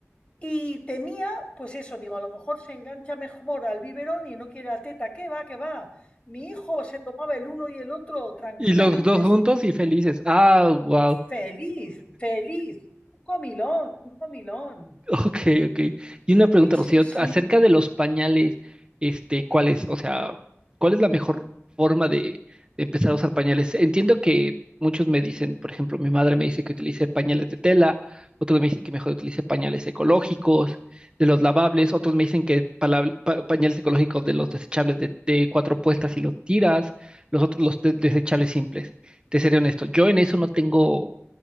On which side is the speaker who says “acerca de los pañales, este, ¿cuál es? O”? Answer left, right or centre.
Right